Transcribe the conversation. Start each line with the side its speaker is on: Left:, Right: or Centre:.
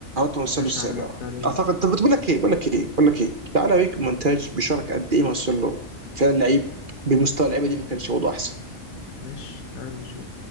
Right: اوصل
Left: ماشي
Right: له السابع
Left: يا عم بتاع ريال
Right: اعتقد
Left: مدريد
Right: طب بقول لك ايه بقول لك ايه بقول لك ايه تعالى اوريك مونتاج بيشارك قد ايه ما وصل له فعلا لعيب بمستوى اللعيبه دي ما كانش وضعه احسن
Left: ماشي تعال نشوف